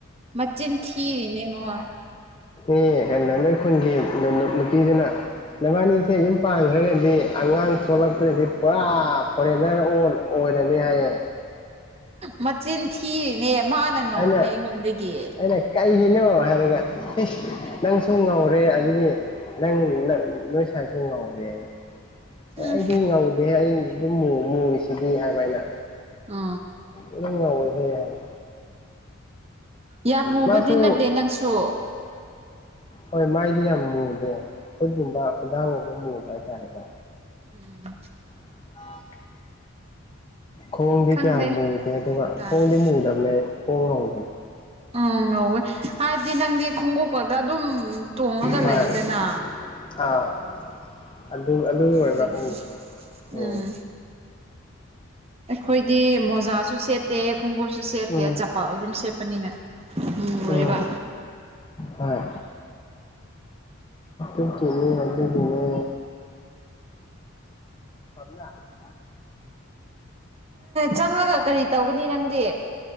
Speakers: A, on the right (about 30°); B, on the left (about 25°).
A: ꯃꯆꯤꯟ ꯊꯤꯔꯤꯅꯦ ꯃꯣꯢ
B: ꯏ ꯀꯩꯅꯣ ꯅꯣꯏ ꯈꯨꯟꯒꯤ ꯅꯨꯄꯤꯗꯨꯅ ꯅꯕꯥꯅꯤꯁꯦ ꯌꯨꯝ ꯄꯥꯡꯈ꯭ꯔꯒꯗꯤ ꯑꯉꯥꯡ ꯊꯣꯛꯂꯛꯄꯗꯗꯤ ꯄꯨꯔꯥ ꯐꯣꯔꯦꯟꯅꯔ ꯑꯣꯜ ꯑꯣꯏꯔꯅꯤ ꯍꯥꯏꯌꯦ
A: ꯃꯆꯤꯟ ꯊꯤꯔꯤꯅꯦ ꯃꯥꯅ ꯉꯧꯕꯅꯦ
B: ꯑꯩꯅ
A: ꯑꯩꯉꯣꯟꯗꯒꯤ
B: ꯑꯩꯅ ꯀꯩꯒꯤꯅꯣ ꯍꯥꯏꯔꯒ ꯅꯪꯁꯨꯨꯝ ꯉꯧꯔꯦ ꯑꯗꯨꯗꯤ ꯅꯪ ꯅꯣꯏ ꯁꯥꯏꯁꯨ ꯉꯥꯎꯗꯦꯅꯦ
A: ꯎꯝ
B: ꯑꯦ ꯑꯩꯗꯤ ꯉꯧꯗꯦꯍꯦ ꯑꯩ ꯑꯗꯨꯝ ꯃꯨꯔꯤꯁꯤꯗꯤ ꯍꯥꯏꯕ ꯑꯩꯅ
A: ꯑ
B: ꯑꯗꯨꯝ ꯉꯧꯋꯤꯍꯦ ꯍꯥꯏ
A: ꯌꯥꯝ ꯃꯨꯕꯗꯤ
B: ꯃꯥꯁꯨ
A: ꯅꯠꯇꯦ ꯅꯪꯁꯨ
B: ꯍꯣꯏ ꯃꯥꯏꯗꯤ ꯌꯥꯝ ꯃꯨꯗꯦ ꯈꯨꯠꯒꯨꯝꯕ ꯈꯨꯟꯗꯥꯡꯒꯨꯝꯕ ꯃꯨꯕ ꯍꯥꯏꯇꯥꯔꯦꯀꯣ
A: ꯎꯝ <inaudible>
B: INAUDIBLE <inaudible> ꯈꯣꯡꯗꯤ
A: ꯈꯪꯗꯦ
B: ꯀꯌꯥꯝ ꯃꯨꯗꯦ ꯑꯗꯨꯒ
A: ꯒ꯭ꯌꯥꯟ ꯇꯥꯗꯦ
B: ꯈꯣꯡꯗꯤ ꯃꯨꯗꯕꯅꯦ ꯈꯣꯡ ꯉꯧꯕꯅꯦ
A: ꯎꯝ ꯉꯣꯏ ꯍꯥꯏꯕꯗꯤ ꯅꯪꯗꯤ ꯈꯣꯡꯎꯞꯄꯗ ꯑꯗꯨꯝ ꯇꯣꯡꯉꯒ
B: ꯍꯣꯏ
A: ꯂꯩꯗꯅ
B: ꯑꯥꯎ ꯑꯗꯨ ꯑꯗꯨꯝ ꯑꯣꯏꯕ
A: ꯑꯗꯨꯒꯤꯅꯤ
B: ꯍꯧ ꯑꯣ
A: ꯎꯝ ꯑꯩꯈꯣꯏꯗꯤ ꯃꯣꯖꯥꯁꯨ ꯁꯦꯠꯇꯦ ꯈꯣꯡꯎꯞꯁꯨ ꯁꯦꯠꯇꯦ
B: ꯎꯝ
A: ꯆꯄꯜ ꯑꯗꯨꯝ ꯁꯦꯠꯄꯅꯤꯅ ꯃꯨꯔꯦꯕ
B: ꯎꯝ ꯍꯣꯢ ꯑꯝ ꯍꯣꯢ ꯑꯗꯨꯒꯤꯅꯤ ꯔ <inaudible>
A: ꯆꯪꯉꯒ ꯀꯔꯤ ꯇꯧꯒꯅꯤ ꯅꯪꯗꯤ